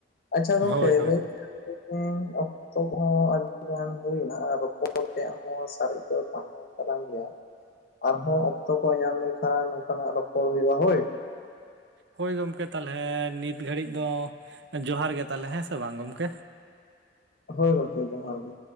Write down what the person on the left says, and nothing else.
ᱟᱪᱪᱷᱟ ᱜᱚᱝᱠᱮ
ᱞᱟᱹᱭ ᱛᱮᱦᱮᱧ ᱚᱠᱛᱚ ᱦᱚᱸ ᱟᱹᱰᱤᱜᱟᱱ ᱦᱩᱭᱱᱟ ᱟᱨ ᱨᱚᱯᱚᱲ ᱮᱱᱛᱮ ᱦᱚᱸ ᱥᱟᱨᱮᱡ ᱫᱚ ᱛᱟᱦᱮᱸᱱ ᱠᱟᱱ ᱜᱮᱭᱟ᱾ ᱟᱨᱦᱚᱸ ᱚᱠᱛᱚ ᱠᱚ ᱧᱟᱢ ᱞᱮᱱᱠᱷᱟᱱ ᱱᱚᱝᱠᱟᱱᱟᱜ ᱨᱚᱯᱚᱲ ᱦᱩᱭᱩᱜᱼᱟ ᱦᱳᱭ᱾
ᱦᱳᱭ ᱜᱚᱝᱠᱮ ᱡᱚᱦᱟᱨ ᱜᱮ᱾